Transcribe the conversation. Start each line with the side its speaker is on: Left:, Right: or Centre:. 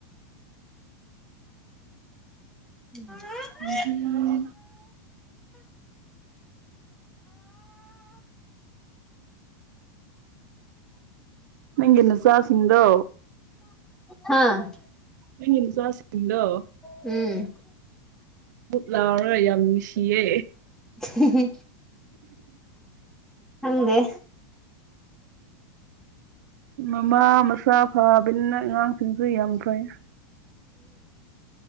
Centre: <unintelligible>
Right: <unintelligible> ꯅꯪꯒꯤ ꯅꯆꯥꯁꯤꯡꯗꯣ
Centre: ꯍꯥꯥ
Right: ꯅꯪꯒꯤ ꯅꯆꯥꯁꯤꯡꯗꯣ
Centre: ꯎꯝ
Right: ꯕꯨꯞ ꯂꯥꯎꯔ ꯌꯥꯝ ꯅꯨꯡꯁꯤꯌꯦ
Centre: ꯍꯤ-ꯍꯤ ꯈꯪꯗꯦ
Right: ꯃꯃꯥ ꯃꯆꯥ ꯐꯕꯅꯤꯅ ꯑꯉꯥꯡꯁꯤꯡꯁꯨ ꯌꯥꯝ ꯐꯩ